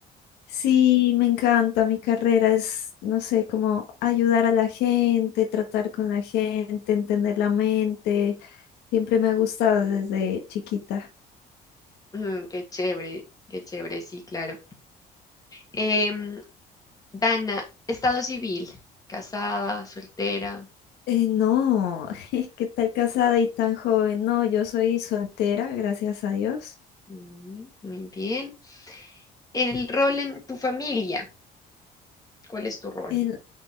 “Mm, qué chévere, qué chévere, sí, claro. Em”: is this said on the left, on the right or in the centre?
Left